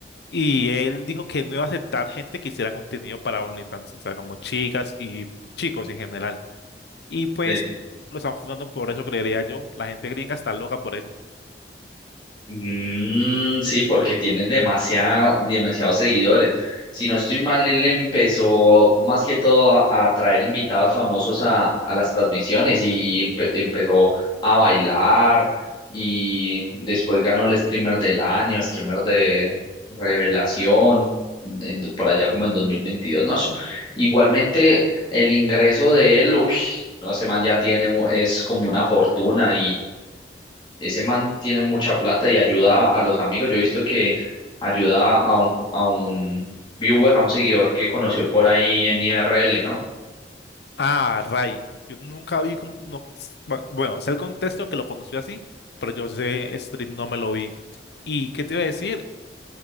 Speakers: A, on the left; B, on the left.
A: Y él dijo que no iba a aceptar gente que hiciera contenido para OnlyFans, o sea, como chicas y chicos en general. Y pues
B: sí.
A: lo están fundando por eso, creería yo. La gente gringa está loca por él.
B: Mm, sí, porque tienen demasiado, demasiados seguidores. Si no estoy mal, él empezó más que todo a, a traer invitados famosos a, a las transmisiones y empe- empezó a bailar y después ganó el streamer del año, streamer de revelación, en- por allá como en 2022, ¿no? Eso- Igualmente, el ingreso de él, uff, no, ese man ya tiene, un- es como una fortuna ese man tiene mucha plata y ayuda a los amigos. Yo he visto que ayuda a un, a un viewer, a un seguidor que conoció por ahí en IRL, ¿no?
A: Ah, Ray, yo nunca vi como, no, bueno, sé el contexto que lo conocí así, pero yo sé stream no me lo vi. ¿Y qué te iba a decir?